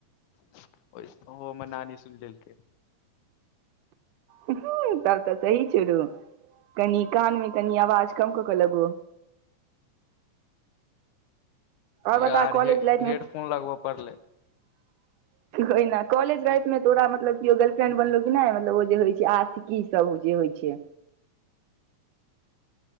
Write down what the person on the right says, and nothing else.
हू तब तऽ सही छोड़ु कनि कान मे कनि आवाज कम क के लबो आओर बता
कॉलेज लाइफ
मे
<unintelligible> हो ने कॉलेज लाइफ मे तोरा मतलब के गर्ल्रेंड बनल कि नहि मलब ओ जे होइ छै आ की सब जे होइ छै